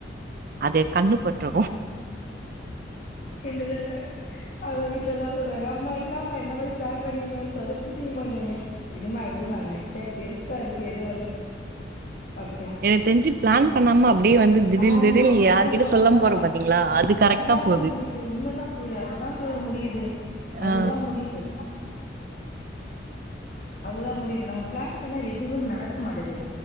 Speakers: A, on the right; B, on the left.
A: அதை கண்ணு பற்று
B: இந்த தடவ அத வீட்ல எல்லா சொல்றாங்க அம்மா ன்னாமா இந்த மாதிரி பிளான் பண்ணிருந்த சொதப்பிட்டியேமா என்னய விடுமா விடுமா நெக்ஸ்ட் டைம் பெருசா இருக்கு ஏதோ ஒண்ணு பாத்துக்கலா
A: எனக் தெரிஞ்சி பிளான் பண்ணாம அப்டியே வந்து திடீல்
B: ஆமா
A: திடீல்
B: உண்மதா
A: யார்கிட்ட சொல்ல
B: உண்மதா
A: போறோம் பாத்தீங்களா அது கரெக்டா
B: அதுதாம்ப்பா
A: போது
B: முடியிது உண்மதா தோழி அதுதா தோழி முடியிது அதுதா
A: ஆ
B: முடியிது அதுதா முடியுது நம்ம பிளான் பண்ணா எதுவுமே நடக்க மாட்டேங்குது